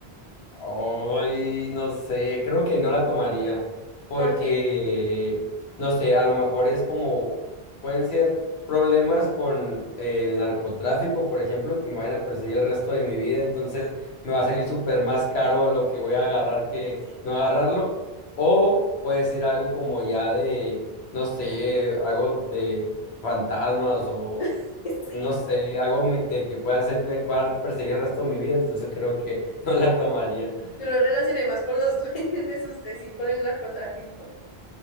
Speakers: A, on the left; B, on the left.
A: Hoy, no sé, creo que no la tomaría, porque,
B: ¿Por qué?
A: no sé, a lo mejor es como, pueden ser problemas con el narcotráfico, por ejemplo, que me vayan a perseguir el resto de mi vida, entonces me va a salir súper más caro lo que voy a agarrar que
B: Sí,
A: no agarrarlo, o puede ser algo como ya de, no sé, algo de fantasmas o...
B: <laughs>
A: No sé,
B: sí.
A: algo me- de que pueda hacerme pueda perseguir el resto de mi vida, entonces creo que <laughs> no la tomaría.
B: Yo lo relacioné más con los duendes, usted sí, con el narcotráfico.